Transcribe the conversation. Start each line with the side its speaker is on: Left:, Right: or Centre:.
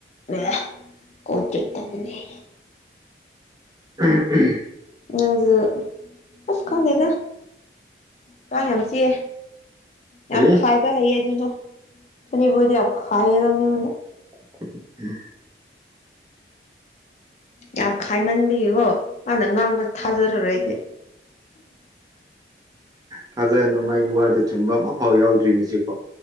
Left: ꯑ ꯀꯣꯜ ꯇꯔ꯭ꯦꯛ ꯇꯧꯕꯅꯦꯌꯦ
Right: <inaudible>
Left: ꯅꯪꯖꯨ ꯑꯁ ꯈꯪꯗꯦꯗ ꯀꯥꯡ ꯌꯥꯝ ꯆꯤꯛꯑꯦ
Right: ꯀꯔꯤ
Left: ꯌꯥꯝ
Right: ꯀꯔꯤ
Left: ꯈꯥꯏꯕ ꯍꯩꯌꯦ ꯑꯗꯨꯗꯣ ꯐꯅꯤꯕꯣꯏ ꯗꯣꯌꯥꯝ ꯈꯥꯏꯌꯦꯕ ꯃꯤꯉꯣꯟꯗ
Right: ꯎꯝ
Left: ꯌꯥꯝ ꯈꯥꯏꯃꯟꯕꯤꯒꯤꯒꯣ ꯃꯥꯅ ꯉꯥꯡꯕ ꯊꯥꯖꯔꯔꯣꯏ ꯑꯩꯗꯤ
Right: ꯊꯥꯖꯅꯨ ꯃꯥꯒꯤ ꯋꯥꯗꯣ ꯆꯨꯝꯕ ꯑꯃꯐꯥꯎ ꯌꯥꯎꯗ꯭ꯔꯤ ꯉꯁꯤꯐꯥꯎ